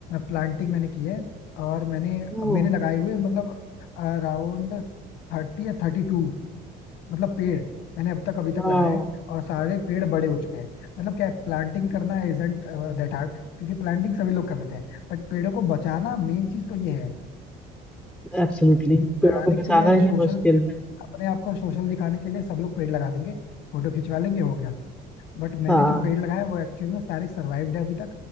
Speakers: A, on the left; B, in the centre.
A: प्लांटिंग मैंने की है और मैंने
B: ओ,
A: मेरे लगाए हुए मतलब अराउंड थर्टी या थर्टी टू मतलब पेड़ मैंने अब तक अभी तक
B: वाह
A: लगाए हैं और सारे पेड़ बड़े हो चुके हैं मतलब क्या प्लांटिंग करना इजंट दैट हार्ड क्योंकि प्लांटिंग सभी लोग कर लेते हैं बट पेड़ों को बचाना मेन चीज तो ये है
B: एब्सोल्युटली
A: क्योंकि
B: पेड़ों
A: लगाने
B: को
A: के
B: बचाना
A: लिए
B: ही
A: सोशल
B: मुश्किल है
A: अपने आप को सोशल दिखाने के लिए सब लोग पेड़ लगा देंगे फोटो खिंचवा लेंगे हो गया बट मैंने
B: हाँ
A: जो पेड़ लगाया वो एक्चुअल में सारे सर्वाइव्ड है अभी तक